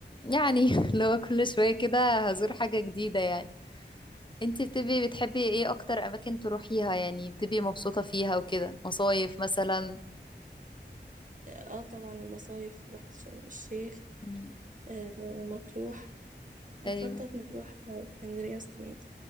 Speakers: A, on the left (about 25°); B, on the right (about 45°).
A: يعني <laughs> لو كل شوية كده هزور حاجة جديدة يعني انتي بتبقي بتحبي ايه أكتر أماكن تروحيها يعني بتبقي مبسوطة فيها وكده مصايف مثلا
B: اه طبعا المصايف رحت شرم الشيخ
A: مم.
B: آه مطروح مخطط
A: أيوه
B: نروح آه، اسكندرية السنة دي